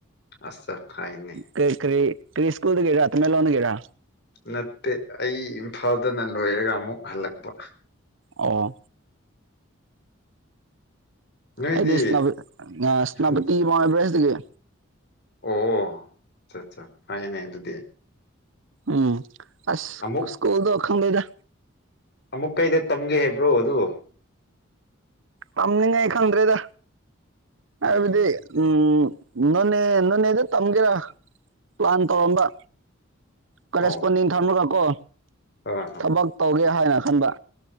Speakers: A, on the left; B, on the right.
A: ꯑꯁ ꯐꯥꯏꯅꯦ
B: ꯀꯩ ꯀꯔꯤ ꯀ꯭ꯔꯤꯁꯀꯨꯜꯗꯒꯦꯔꯥꯇꯃꯦ ꯂꯣꯟꯒꯦꯔꯥ
A: ꯅꯠꯇꯦ ꯑꯩ ꯏꯝꯐꯥꯜꯗꯅ ꯂꯣꯏꯔꯒ ꯑꯃꯨꯛ ꯍꯜꯂꯛꯄ
B: ꯑꯣ
A: ꯅꯣꯏꯗꯤ
B: ꯑꯩꯗꯤ ꯏꯁꯅ ꯁꯅꯄꯇ
A: ꯍꯜ
B: ꯃꯕ꯭ꯔ <unintelligible>
A: ꯑꯣ ꯑꯆꯥ ꯑꯠꯆꯥ ꯐꯩꯅꯦ ꯑꯗꯨꯗꯤ
B: ꯎꯝ ꯑ
A: ꯑꯃꯨꯛ
B: ꯁ꯭ꯀꯨꯜꯗ ꯑꯣꯈꯝ ꯂꯩꯣꯏꯗꯥ
A: ꯑꯃꯨꯛ ꯀꯩꯗ ꯇꯝꯒꯦ ꯍꯥꯏꯕ꯭ꯔꯣ ꯑꯗꯨ
B: ꯌꯥꯝꯝꯅꯤ ꯉ ꯑꯩ ꯈꯗ꯭ꯔꯦꯗ
A: ꯎꯝ
B: ꯑꯕꯗꯤ ꯎꯝ ꯅꯣꯅꯦ ꯅꯣꯅꯦꯗ ꯇꯝꯒꯦꯔꯥ ꯄ꯭ꯂꯥꯟ ꯇꯧꯔꯝꯕ ꯀꯔꯦꯁꯄꯣꯟꯗꯤꯡ
A: ꯑꯣ
B: ꯊꯔꯃꯒꯀꯣ
A: ꯍꯣꯏ ꯍꯣꯏ ꯍꯣꯏ
B: ꯊꯕꯛ ꯇꯧꯒꯦ ꯍꯥꯏꯅ ꯑꯝꯕ